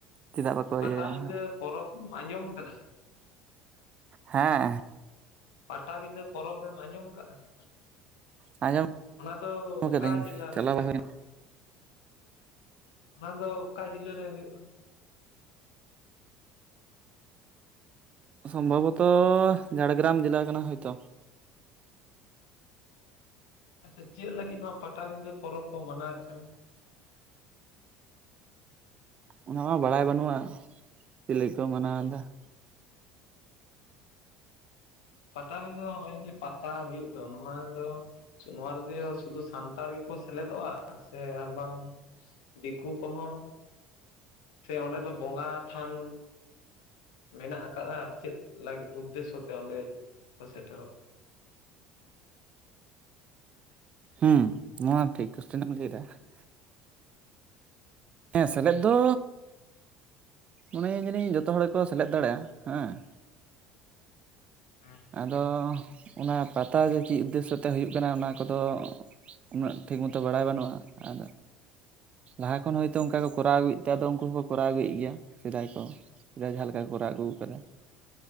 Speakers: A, on the right (about 40°); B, on the left (about 75°).
A: ᱪᱮᱫᱟᱜ ᱵᱟᱠᱚ
B: ᱯᱟᱴᱟᱵᱤᱸᱫᱟᱹ
A: ᱤᱭᱟᱹᱭᱟ
B: ᱯᱚᱨᱚᱵᱽ ᱟᱸᱡᱚᱢ ᱟᱠᱟᱫᱟ?
A: ᱦᱮᱸ,
B: ᱯᱟᱴᱟᱵᱤᱸᱫᱟᱹ ᱯᱚᱨᱚᱵᱽ ᱮᱢ ᱟᱸᱡᱚᱢ ᱟᱠᱟᱫᱼᱟ ᱾
A: ᱟᱸᱡᱚᱢ
B: ᱚᱱᱟ ᱫᱚ ᱚᱠᱟ
A: ᱠᱟᱹᱫᱟᱹᱧ
B: ᱡᱮᱞᱟ
A: ᱪᱟᱞᱟᱣ
B: ᱨᱮ ᱦᱩᱭᱩᱜᱼᱟ?
A: ᱵᱟᱭ ᱦᱩᱭᱱᱟ
B: ᱚᱱᱟ ᱫᱚ ᱚᱠᱟ ᱡᱤᱞᱟᱹ ᱨᱮ ᱦᱩᱭᱩᱜᱼᱟ?
A: ᱥᱚᱢᱵᱷᱚᱵᱚᱛᱚ ᱡᱷᱟᱲᱜᱨᱟᱢ ᱡᱮᱞᱟ ᱠᱟᱱᱟ ᱦᱚᱭᱛᱚ,
B: ᱟᱪᱪᱷᱟ ᱪᱮᱫ ᱞᱟᱹᱜᱤᱫ ᱱᱚᱣᱟ ᱯᱟᱴᱟᱵᱤᱸᱫᱟᱹ ᱯᱚᱨᱚᱵᱽ ᱠᱚ ᱢᱟᱱᱟᱣᱮᱫ ᱠᱟᱱᱟ?
A: ᱚᱱᱟ ᱢᱟ ᱵᱟᱲᱟᱭ ᱵᱟᱹᱱᱩᱜᱼᱟ, ᱪᱮᱫ? ᱞᱟᱹᱜᱤᱫ ᱠᱚ ᱢᱟᱱᱟᱣ ᱮᱫᱟ ᱾
B: ᱯᱟᱴᱟᱵᱤᱸᱫᱷᱟᱹ ᱱᱚᱜᱼᱚᱭ ᱡᱮ ᱯᱟᱛᱟ ᱦᱩᱭᱩᱜ ᱫᱚ ᱱᱚᱣᱟ ᱫᱚ ᱱᱚᱣᱟ ᱨᱮ ᱫᱚ ᱥᱩᱫᱷᱩ ᱥᱟᱱᱛᱟᱲ ᱜᱮᱠᱚ ᱥᱮᱞᱮᱫᱚᱜᱼᱟ, ᱥᱮ ᱟᱨ ᱵᱟᱝ? ᱫᱤᱠᱩ ᱠᱚ ᱦᱚᱸ, ᱥᱮ ᱚᱸᱰᱮ ᱫᱚ ᱵᱚᱸᱜᱟ ᱛᱷᱟᱱ ᱢᱮᱱᱟᱜ ᱟᱠᱟᱫᱟ, ᱪᱮᱫ ᱞᱟᱹᱜᱤᱫ? ᱩᱫᱽᱫᱮᱥᱥᱚ ᱛᱮ ᱚᱸᱰᱮ ᱠᱚ ᱥᱮᱴᱮᱨᱚᱜ
A: ᱦᱩᱸ ᱱᱚᱣᱟ ᱴᱷᱤᱠ ᱮᱢ ᱞᱟᱹᱭ ᱮᱫᱟ ᱾ <unintelligible> ᱦᱮᱸ ᱥᱮᱞᱮᱫ ᱫᱚᱻ, ᱢᱚᱱᱮᱭᱟᱹᱧ ᱡᱟᱹᱱᱤᱡ ᱡᱚᱛᱚ ᱦᱚᱲ ᱜᱮᱠᱚ ᱥᱮᱞᱮᱫ ᱫᱟᱲᱮᱭᱟᱜᱼᱟ, ᱦᱮᱸ ᱾
B: ᱠᱟᱱᱟ?
A: ᱟᱫᱚ ᱚᱱᱟ ᱯᱟᱛᱟ ᱫᱚ ᱪᱮᱫ ᱩᱫᱽᱫᱮᱥᱥᱚ ᱛᱮ ᱦᱩᱭᱩᱜ ᱠᱟᱱᱟ, ᱚᱱᱟ ᱠᱚᱫᱚ ᱩᱱᱟᱹᱜ ᱴᱷᱤᱠ ᱢᱚᱛᱚ ᱵᱟᱲᱟᱭ ᱵᱟᱹᱱᱩᱜᱼᱟ, ᱟᱨ ᱞᱟᱦᱟ ᱠᱷᱚᱱ ᱦᱚᱭᱛᱚ ᱚᱱᱠᱟ ᱠᱚ ᱠᱚᱨᱟᱣ ᱟᱹᱜᱩᱭᱮᱫ ᱛᱮ ᱟᱫᱚ ᱩᱱᱠᱩ ᱦᱚᱸᱠᱚ ᱠᱚᱨᱟᱣ ᱟᱹᱜᱩᱭᱮᱫ ᱜᱮᱭᱟ ᱥᱮᱫᱟᱭ ᱠᱚ ᱾ ᱥᱮᱫᱟᱭ ᱡᱟᱦᱟᱸ ᱞᱮᱠᱟ ᱠᱚᱨᱟᱣ ᱟᱹᱜᱩᱣ ᱠᱟᱱᱟ,